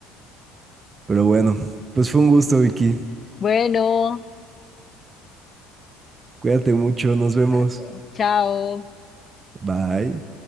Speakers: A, on the right (about 30°); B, on the left (about 35°).
A: Pero bueno, pues fue un gusto, Vicky.
B: Bueno,
A: Cuídate mucho, nos vemos.
B: a- eh, chao.
A: Bye.